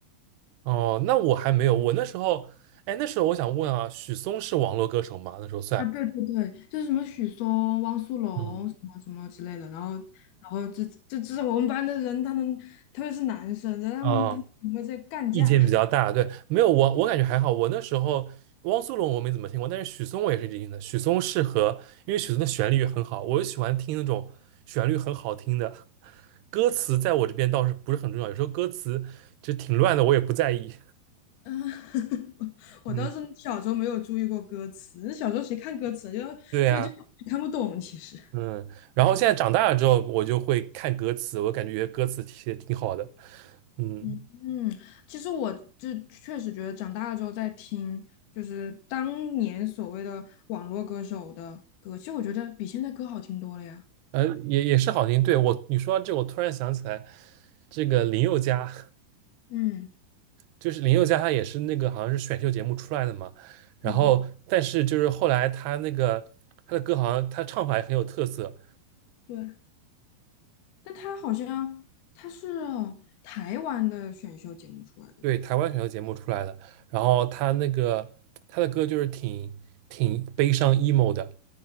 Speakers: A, on the right; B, on the left.
A: 哦，那我还没有，我那时候，哎，那时候我想问啊，许嵩是网络歌手吗？那时候算，
B: 啊，对对对，就是什么许嵩、汪苏泷什么什么之类的，
A: 嗯
B: 然后然后这这这是我们班的人，他们特别是男生，然后他们他们会在干架。
A: 啊，意见比较大，
B: <laughs>
A: 对，没有我我感觉还好，我那时候汪苏泷我没怎么听过，但是许嵩我也是听的，许嵩适合，因为许嵩的旋律也很好，我就喜欢听那种旋律很好听的，歌词在我这边倒是不是很重要，有时候歌词就挺乱的，我也不在意。
B: 嗯，我倒是小时候没有注意过歌词，
A: 嗯，
B: 那小时候谁看歌词啊就就就看不懂，
A: 对呀、
B: 其实。
A: 嗯，然后现在长大了之后，我就会看歌词，我感觉歌词写的挺好的，嗯，
B: 嗯嗯，其实我就确实觉得长大了之后再听，就是当年所谓的网络歌手的歌，其实我觉得比现在歌好听多了呀。
A: 呃，也也是好听。对，我，你说到这，我突然想起来，这个林宥嘉，
B: 嗯
A: 就是林宥嘉，他也是那个好像是选秀节目出来的嘛，然后但是就是后来他那个他的歌好像他唱法也很有特色，
B: 嗯，对。但他好像他是台湾的选秀节目出来的吧？
A: 对，台湾选秀节目出来的，然后他那个他的歌就是挺挺悲伤 emo 的，